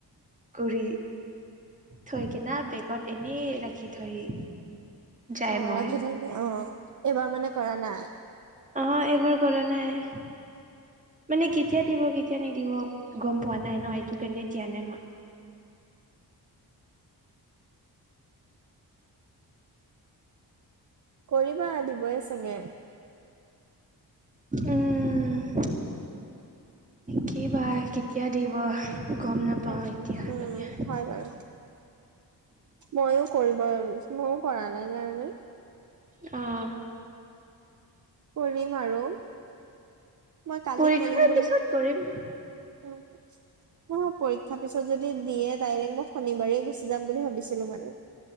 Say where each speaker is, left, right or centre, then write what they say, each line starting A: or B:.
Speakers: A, on the right (about 20°); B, on the right (about 45°).
A: কৰি থৈ কিনা বেগত এনেই ৰাখি থৈ যায়
B: অ',
A: মই
B: ৰাখি থৈকিনে অ', এইবাৰ মানে কৰা নাই?
A: অ', এইবাৰ কৰা নাই। মানে কেতিয়া দিব কেতিয়া নিদিব গম পোৱা নাই ন, এইটো কাৰণে দিয়া নাই মই।
B: কৰিবা, দিবই চাগে।
A: উম, কি বা কেতিয়া দিব। গম নাপাওঁ
B: <unintelligible>
A: এতিয়ালৈকে
B: উম। হয় বাৰু, মইও কৰিব মইও কৰা নাই জানানে।
A: অ'।
B: কৰিম আৰু, মই কালি
A: পৰীক্ষাৰ
B: কৰিম বুলি
A: পিছত কৰিম
B: উম। মই পৰীক্ষা পিছত যদি দিয়ে ডাইৰেক্ট মই শনিবাৰে গুচি যাম বুলি ভাবিছিলো মানে।